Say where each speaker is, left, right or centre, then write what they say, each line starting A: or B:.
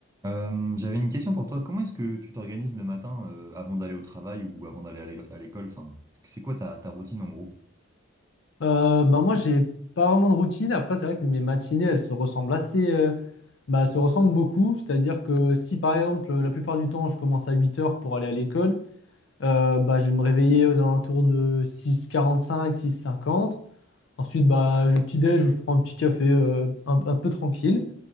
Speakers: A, on the right (about 15°); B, on the left (about 60°).
A: Euh, j'avais une question pour toi. Comment est-ce que tu t'organises le matin euh, avant d'aller au travail ou avant d'aller à l'é- à l'école? Enfin, est-ce que- c'est quoi ta, ta routine en gros?
B: Euh, bah moi, j'ai pas vraiment de routine. Après, c'est vrai que mes matinées, elles se ressemblent assez. euh, bah, elles se ressemblent beaucoup. C'est-à-dire que si, par exemple, la plupart du temps, je commence à 8 heures pour aller à l'école, euh, bah, je vais me réveiller aux alentours de 6 quarante cinq six h 50 Ensuite, bah, je petit-déj ou je prends un petit café euh, un, un peu tranquille.